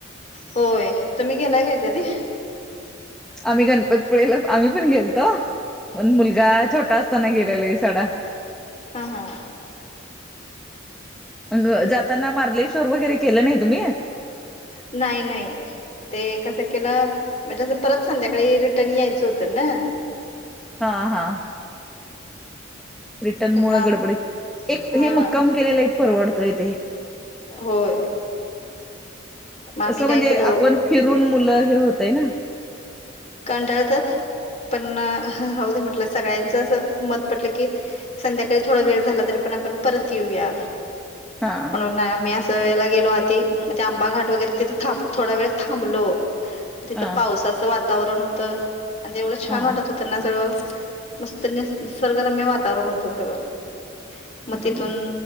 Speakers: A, on the left; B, in the centre.
A: होय तुम्ही गेलाय काय कधी
B: आम्ही गणपतपुळेला आम्ही पण गेलतो. मण मुलगा छोटा असताना गेलेला आहे सडा
A: हा हा
B: मग जाताना मार्लेश्वर वगैरे केलं नाही तुम्ही
A: नाही नाही ते कसं केलं म्हणजें परत संध्याकाळी रिटर्न यायचं होतं ना.
B: हा हा रिटर्न
A: त्यामुळे
B: मुळ
A: आम
B: गडबडी एक
A: हा
B: हे मुक्काम केलेला एक परवडतो ईथे.
A: होय. मग आम्ही
B: तसं
A: काय
B: म्हणजे
A: केलो
B: आपण फिरून मुलं हे होतय ना.
A: कंटाळतात पण राहुदे म्हटलं सगळ्यांच अस मत म्हटल की संध्याकाळी थोडा वेळ झाला तरी पण आपण परत येऊया.
B: हा
A: मी अस याला गेलो आधी आंबा घाट तिथं थांब थोडा वेळ थांबलो. तिथ
B: हा
A: पावसाच वातावरण होत आणि ते एवढं छान
B: हा
A: वाटत होत ना सगळ. मस्त नि निसर्ग रम्य वातावरण होत सगळं मग
B: हम्म
A: तिथून